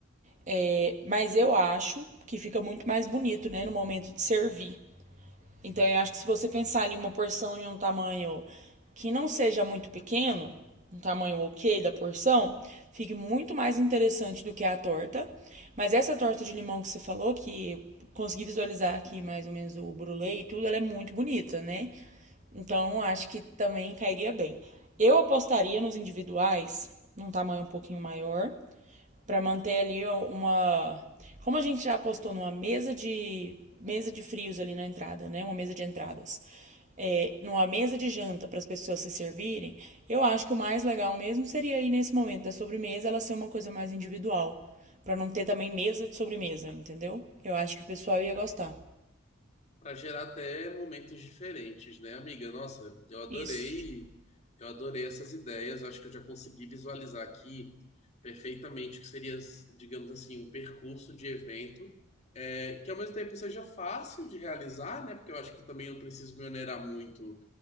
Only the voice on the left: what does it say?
para gerar até momentos diferentes, né, amiga? Nossa, eu adorei,
eu adorei essas ideias. Acho que eu já consegui visualizar aqui perfeitamente o que seria, digamos assim, um percurso de evento, é, que ao mesmo tempo seja fácil de realizar, né? Porque eu acho que também eu não preciso me onerar muito